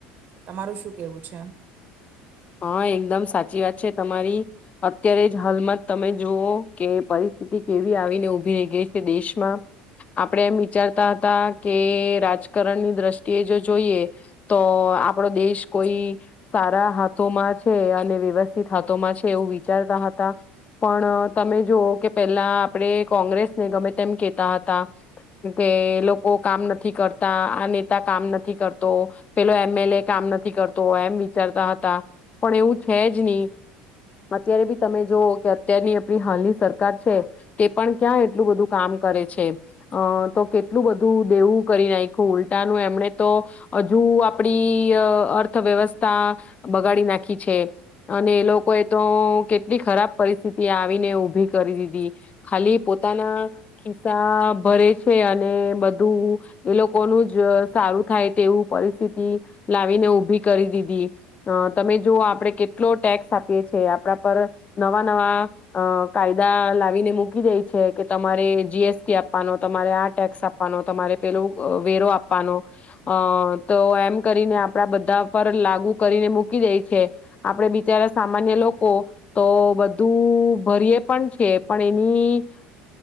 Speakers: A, on the right (about 40°); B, on the left (about 30°).
A: તમારું શું કેવું છે.
B: હા એકદમ સાચી વાત છે તમારી અત્યારે જ હાલમાં જ તમે જુઓ કે પરિસ્થિતિ કેવી આવીને ઉઊભી રહી ગઈ છે દેશમાં આપણેે એમ વિચારતા હતા કે રાજકારણની દ્રષ્ટિએ જો જોઈએ તો આપડો દેશ કોઈ સારા છે અને વ્યવસ્થિત હાથમાં છે એવું વિચારતા હતા પણ તમે જુઓ કે પેલા આપડે કોંગ્રેસને ગમે તેમ કેતા હતા કે લોકો કામ નથી કરતા આ નેતા કામ નથી કરતો પેલો એમએલ એ કામ નથી કરતો એમ વિચારતા હતા. પણ એવું છે જ નહી અત્યારે બી તમે જોઓ કે અત્યારની આપણી હાલની સરકાર છે તે પણ ક્યાં એટલું બધું કામ કરે છે અ તો કેટલું બધું દેવું કરી નાખખ ઉલટાનું એમણે તો હજુ આપડી અર્થવ્યવસ્થા ગાડી નાખી છે અને એ લોકોએ તો કેટલી ખરાબ પરિસ્થિતિ આવીને ઉભી કરી દીધી ખાલી પોતાના ખિસ્સા ભરે છે અને બધું એ લોકોનું જ સારું થાય તેવું પરિસ્થિતિ લાવીને ઉભી કરી દીધી. અ તમે જોુઓ આપડણે કેટલો ટેક્સ આપીએ છે આપણા પર નવા નવા કાયદા લાવીને મૂકી દે છે કે તમારે જીએસટી આપવાનો તમારે આ ટેક્સ આપવાનો તમારે પેલું વેરો આપવાનો અ તો એમ કરીને આપડા બધા પર લાગુ કરીને મૂકી દે છે આપણે બિચારા સામાન્ય લોકો તો બધું ભરીએ પણ છે પણ એની